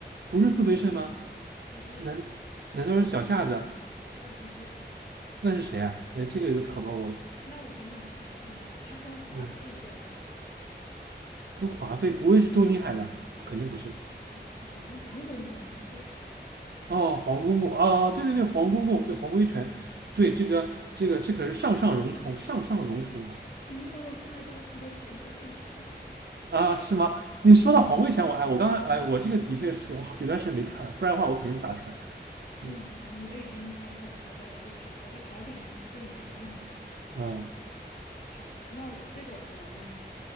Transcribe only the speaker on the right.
不是苏培盛吗？
难难道是小夏子？
那是谁啊？哎，这个都考到我了。
嗯，跟华妃不会是周宁海吧？肯定不是。
哦，黄公公，哦，对对对，黄公公，对黄规全，对这个这个这可是上上荣宠，上上荣宠啊
啊，是吗？你说到黄规全，我哎，我刚才哎，我这个的确是我好有段时间没看了，不然的话我肯定打出来。嗯
啊，